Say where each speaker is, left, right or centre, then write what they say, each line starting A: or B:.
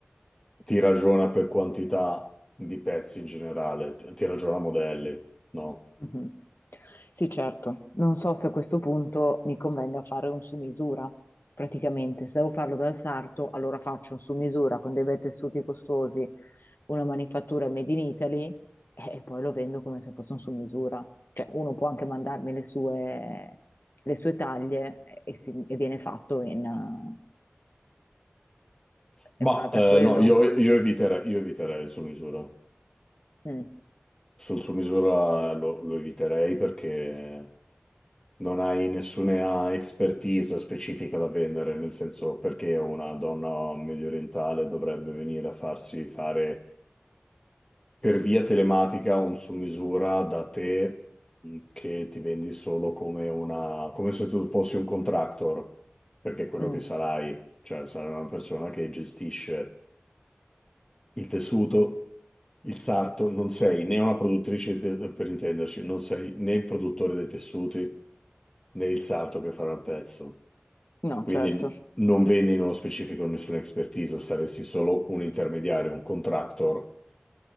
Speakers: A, on the left (about 15°); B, on the left (about 65°).
A: ti ragiona per quantità di pezzi in generale, ti, ti ragiona modelli, no?
B: Mhm. Sì, certo. Non so se a questo punto mi convenga fare un su misura. Praticamente, se devo farlo dal sarto, allora faccio un su misura con dei bei tessuti costosi, una manifattura made in Italy e e poi lo vendo come se fosse un su misura. Cioè, uno può anche mandarmi le sue, le sue taglie e, si- e viene fatto in, eh,
A: Ma
B: in base
A: eh,
B: a quello.
A: no, io, io eviterei, io eviterei il su misura.
B: Mm,
A: Sul su misura lo, lo eviterei perché non hai nessuna expertise specifica da vendere, nel senso perché una donna mediorientale dovrebbe venire a farsi fare per via telematica un su misura da te mh, che ti vendi solo come una, come se tu fossi un contractor, perché è quello
B: mm.
A: che sarai, cioè sarai una persona che gestisce il tessuto, il sarto, non sei né una produttrice di te- per intenderci, non sei né il produttore dei tessuti né il sarto che farà il pezzo.
B: No,
A: Quindi
B: certo.
A: n- non vendi nello specifico nessuna expertise, saresti solo un intermediario, un contractor